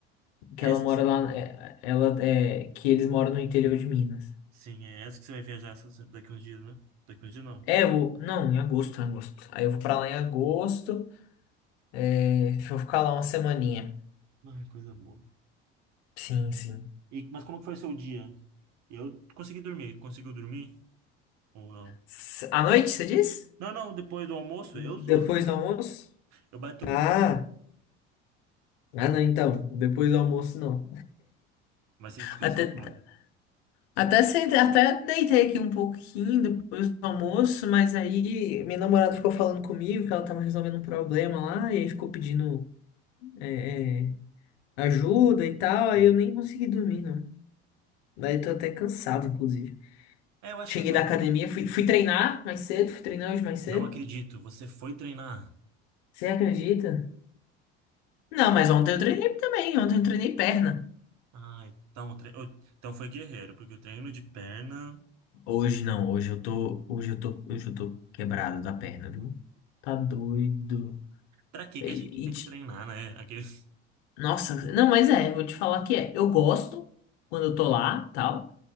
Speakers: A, on the left; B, on the right.
A: Que
B: É
A: ela
B: essa
A: mora
B: que você...
A: lá, é, ela é, que eles moram no interior de Minas.
B: Sim, é essa que você vai viajar essa- daqui uns dias, né? Daqui uns dias não.
A: É, eu, não, em agosto, em agosto. Aí eu vou pra lá em agosto, é, vou ficar lá uma semaninha.
B: Ah, coisa boa.
A: Sim, sim.
B: E, mas como que foi o seu dia? Eu consegui dormir. Conseguiu dormir ou não?
A: S- À noite, você diz?
B: Não, não, depois do almoço
A: Depois
B: eu sou.
A: do almoço?
B: Eu bati um
A: Ah,
B: sono.
A: ah não, então, depois do almoço não.
B: Mas você descansou
A: até
B: como?
A: Até, sentei, até deitei aqui um pouquinho depois do almoço, mas aí minha namorada ficou falando comigo que ela tava resolvendo um problema lá, e aí ficou pedindo é, é, ajuda e tal, aí
B: Sim.
A: eu nem consegui dormir, não. Daí tô até cansado, inclusive.
B: É, eu acho
A: Cheguei
B: que eu até...
A: da academia, fui, fui treinar mais cedo, fui treinar hoje mais cedo.
B: Não acredito, você foi treinar.
A: Você acredita? Não, mas ontem eu treinei também, ontem eu treinei perna.
B: Ah, então, tre... eu- então foi guerreiro, porque o treino de perna.
A: Hoje não, hoje eu tô, hoje eu tô, hoje eu tô quebrado da perna, viu? Tá doido.
B: Pra que
A: E,
B: que a gente tem
A: e, te-
B: que treinar, né? Aqueles...
A: Nossa, não, mas é, vou te falar que é. Eu gosto quando eu tô lá, tal,